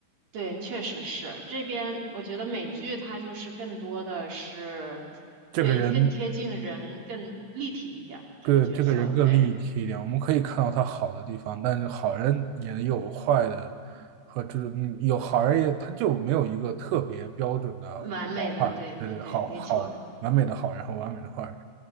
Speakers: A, on the right (about 50°); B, on the right (about 75°).
A: 对，确实是这边，我觉得美剧它就是更多的是，
B: 这个人
A: 对，更贴近人，更立体一点儿，这个角色，
B: 更这个人更立体一点，
A: 对，
B: 我们可以看到他好的地方，但是好人也有坏的，和就是嗯有好人也他就没有一个特别标准的
A: 完美的，
B: 坏人，
A: 对对对，
B: 对对，好好完美的好人和完美的坏人。
A: 没错。